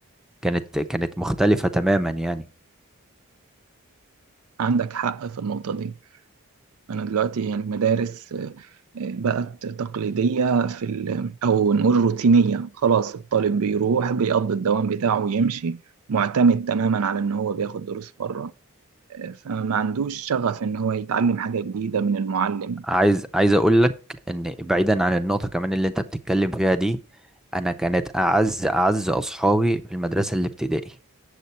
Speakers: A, in the centre; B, on the right.
A: كانت كانت مختلفة تماما يعني
B: عندك حق في النقطة دي أنا دلوقتي يعني المدارس بقت تقليدية في ال... أو نقول روتينية خلاص الطالب بيروح بيقضي الدوام بتاعه ويمشي معتمد تماما على إن هو بياخد دروس بره فما عندوش شغف إن هو يتعلم حاجة جديدة من المعلم
A: عايز عايز اقول لك ان بعيدا عن النقطة كمان اللي انت بتتكلم فيها دي انا كانت اعز اعز اصحابي في المدرسة الابتدائي